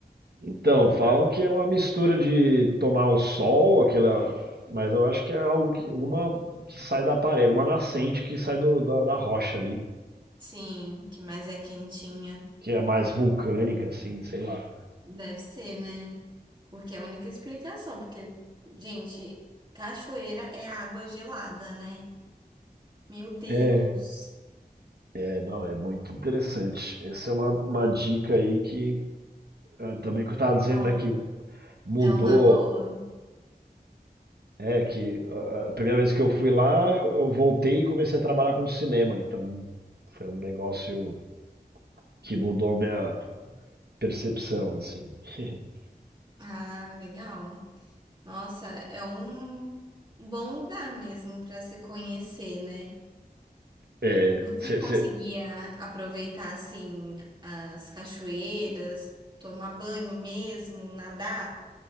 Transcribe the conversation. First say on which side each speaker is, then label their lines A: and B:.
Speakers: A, on the right; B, on the right.
A: Então, falam que é uma mistura de tomar o sol, aquela, mas eu acho que é algo que uma que sai da parede, uma nascente que sai do- da, da rocha ali,
B: Sim, que mais é quentinha.
A: que é mais vulcânica assim, sei lá.
B: Deve ser, né? Porque é a única explicação, porque, gente, cachoeira é água gelada, né? Meu Deus.
A: É, é, não, é muito interessante. Essa é uma, uma dica aí que eh, também que eu estava dizendo,
B: Ó,
A: né, que mudou
B: é uma boa.
A: É que a a primeira vez que eu fui lá, eu, eu voltei e comecei a trabalhar com cinema, então foi um negócio que mudou minha percepção, assim. <laughs>
B: Ah, legal. Nossa, é um bom lugar mesmo para se conhecer, né?
A: É,
B: Você
A: cê-
B: conseguia
A: cê-
B: aproveitar assim as cachoeiras, tomar banho mesmo, nadar?